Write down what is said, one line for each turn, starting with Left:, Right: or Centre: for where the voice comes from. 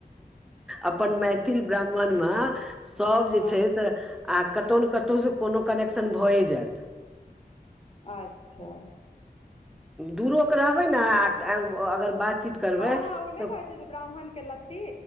Centre: अपन मैथिल ब्राह्मणमे सभ जे
Left: हँ
Centre: छै
Left: हँ
Centre: से आ कतहु ने कतहुसँ कोनो कनेक्शन भए जेत
Left: अच्छा
Centre: दूरोके रहबै ने अगर बातचीत करबै
Left: हँ ओ नहि
Centre: तऽ
Left: कहै छै जे ब्राह्मण के लत्ती।